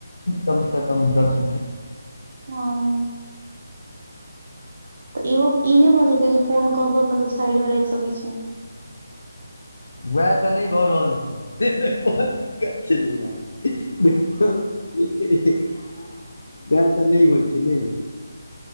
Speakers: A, on the left; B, on the right.
A: कमसँ कम दस मिनट
B: हँ <inaudible> तऽ इहो ई नहि भऽ सकै छै जे फोन कऽ के मतलब साइड मे राखि सकैत छी
A: वएह तऽ नहि भऽ रहल छै देख द कछ नहि देख एक <unintelligible> वएह तऽ नहि होइत छै ने